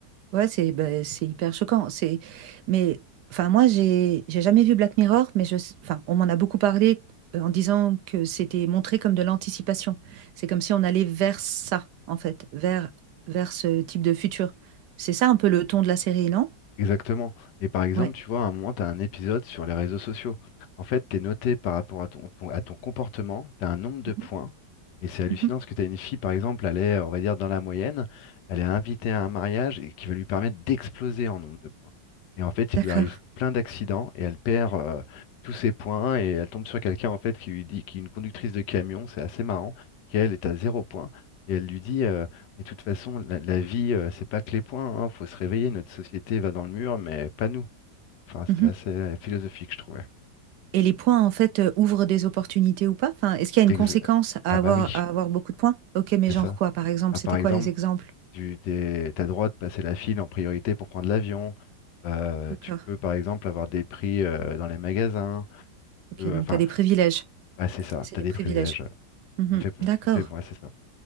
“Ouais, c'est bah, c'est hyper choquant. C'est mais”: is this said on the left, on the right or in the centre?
Right